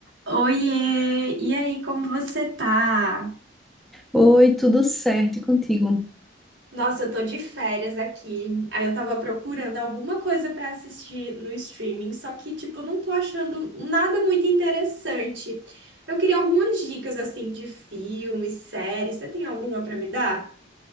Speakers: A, on the right (about 75°); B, in the centre.
A: Oiê! E aí, como você tá?
B: Oi, tudo certo e contigo?
A: Nossa, eu tô de férias aqui. Aí eu tava procurando alguma coisa pra assistir no streaming, só que, tipo, eu não tô achando nada muito interessante. Eu queria algumas dicas, assim, de filmes, séries. Você tem alguma pra me dar?